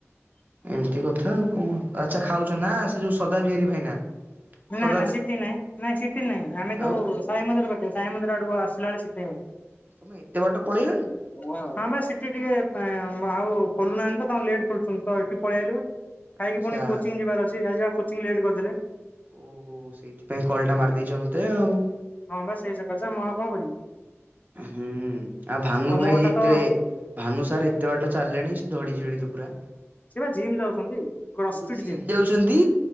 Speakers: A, on the right; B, on the left.
A: ଏମିତି କଥା ଆଉ କଣ ଆଚ୍ଛା ଖାଉଛ ନା ସେ ଯୋଉ ସଦା ବିହାରୀ ଭାଇନା?
B: ନାଁ
A: ସଦା
B: ନାଁ ସିଟି ନାଇଁ ନାଁ ସିଟିି
A: ଆଉ
B: ନାଇଁ ଆମେ ଜଉ
A: ଆଉ
B: ସାଇ ମନ୍ଦିର ପାଖରେ ସାଇମନ୍ଦିର ଆଡ଼କୁ ଆସିଲା ବେଳେ <unintelligible>
A: ତମେ ଏତେ ବାଟ ପଳେଇଲଣି।
B: ହଁ ବା ସେଠି ଟିକେ ବା ଆଉ ଖୋଲୁନାହାନ୍ତି ତ ତାଙ୍କର ଲେଟ୍ ଖୋଲୁଛନ୍ତି ତ ଏଇଠି ପଳେଇ ଆଇଲୁ ବା। ଖାଇକି
A: ଆଚ୍ଛା।
B: ପୁଣି କୋଚିଂ ଯିବାର ଅଛି ଆ ଯାହା କୋଚିଂ ଲେଟ୍ କରିଦେଲେ।
A: ଓହୋ ସେଇଥିପାଇଁ କଲ୍ ଟା ମାରିଦେଇଛ ମତେ ଆଉ।
B: ହଁ ବା ସେଇ ସକାଶେ ମୁଁ ଆଉ କଣ କରିବି?
A: ହୁଁ ହୁଁ ଆଉ ଭାନୁ
B: ତମ
A: ଭାଇ
B: କଥା
A: ଏତେ
B: ତ
A: ଭାନୁ ସାର୍ ଏତେ ବାଟା ଚାଲିଲେଣି ସେ ଝଡ଼ି ଯିବେଣି ତ ପୁରା?
B: ସେ ବା ଜିମ୍ ଯାଉଛନ୍ତି କ୍ରସଫିଟ
A: ଓ ଜିମ୍ ଯାଉଛନ୍ତି